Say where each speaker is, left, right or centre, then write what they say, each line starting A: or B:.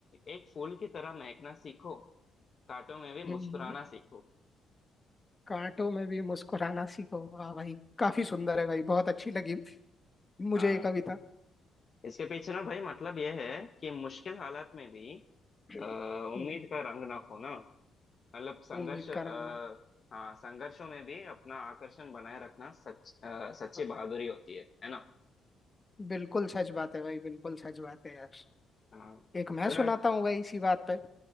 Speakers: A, on the left (about 40°); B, on the left (about 20°).
A: एक फूल की तरह महकना सीखो कांटों में भी
B: हम्म
A: मुस्कुराना
B: हम्म।
A: सीखो
B: कांटों में भी मुस्कुराना सीखो वाह भाई काफी सुंदर है भाई बहुत अच्छी लगी मुझे
A: हाँ
B: ये कविता
A: इसके पीछे ना भाई मतलब यह है कि मुश्किल हालात में भी
B: हम्म,
A: अ, उम्मीद
B: हम्म।
A: का रंग ना खोना मतलब संघर्ष
B: उम्मीद
A: अ,
B: का रंग ना
A: हाँ संघर्षों में भी अपना आकर्षण बनाए रखना सच अ, सच्ची
B: फैलाए।
A: बहादुरी होती है है ना
B: बिल्कुल सच बात है भाई बिल्कुल सच बात है यार
A: हाँ
B: एक मैं
A: बड़ा
B: सुनाता हूँ भाई इसी बात पे